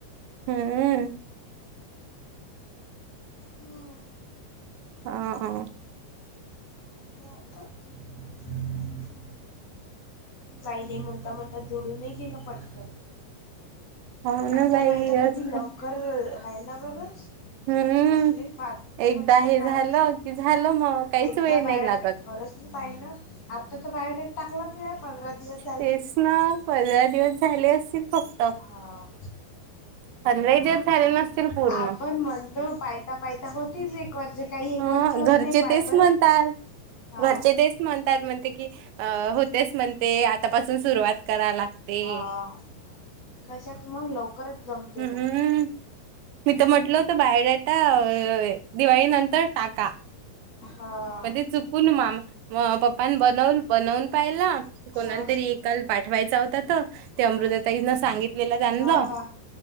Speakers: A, on the right; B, on the left.
A: हम्म.
B: हम्म.
A: <unintelligible>
B: <unintelligible> नाही नाही म्हणता म्हणता जुडूनही गेलं पटकन.
A: हो
B: पाहयता
A: ना बाई
B: पाहयता किती
A: अस
B: लवकर्र हाय ना बर.
A: हम्म
B: म्हटलंय पाहता
A: एकदा
B: तर म्हटलं
A: हे
B: काय
A: झालं की झालं मग काहीच
B: एकदा
A: वेळ नाही
B: बायोडाटा
A: लागत
B: खरंच ना पाहि ना आता तर बायडेट टाकलाच आहे पंधरा दिवस झाले
A: तेच ना पंधरा दिवस झाले असतील. फक्त
B: हा.
A: पंधराही दिवस झाले नसतील पूर्ण
B: आपण म्हणतो पायता पायता होतील एक वर्ष काही एक
A: ह
B: वर्ष होत
A: घरचे
B: नाही पाय
A: तेच
B: बरं.
A: म्हणतात
B: हा
A: घरचे तेच म्हणतात म्हणते की अं होतेच म्हण ते आतापासून सुरुवात करा लागते.
B: हा कशाच मग लवकरच जमते
A: हम्म
B: मग.
A: मी तर म्हटलं होतं बायडेटा अं दिवाळी नंतर टाका.
B: हा.
A: पण ते चुकून मामा म पप्पाने बनवून बनवून पाहिला कोणाला
B: हा
A: तरी एकाल पाठवायचा होता त ते अमृतताईन
B: हा.
A: सांगितलेलं जानलं
B: हा हा